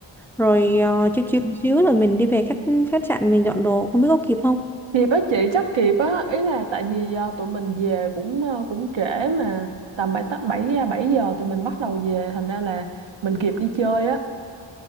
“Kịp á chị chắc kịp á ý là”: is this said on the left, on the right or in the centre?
Right